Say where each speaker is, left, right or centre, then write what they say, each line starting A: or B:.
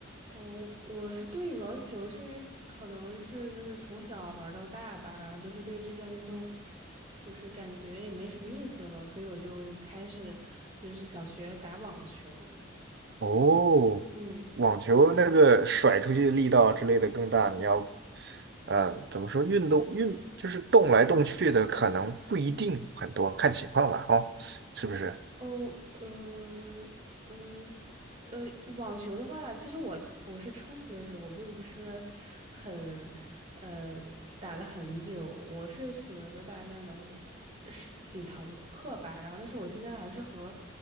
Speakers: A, on the right; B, on the right.
A: 哦，我是对羽毛球，是因为可能是就是从小玩到大吧，然后就是对这项运动，就是感觉也没什么意思了，所以我就开始就是想学打网球。
B: 哦，
A: 嗯。
B: 网球那个甩出去力道啊之类的更大，你要，呃，怎么说运动运就是动来动去的，可能不一定很多，看情况吧，哦，是不是？
A: 哦，嗯嗯呃，网球的话，其实我自我是初学者，我并不是很呃打了很久，我是学了大概能呃十几堂课吧，然后但是我现在还是和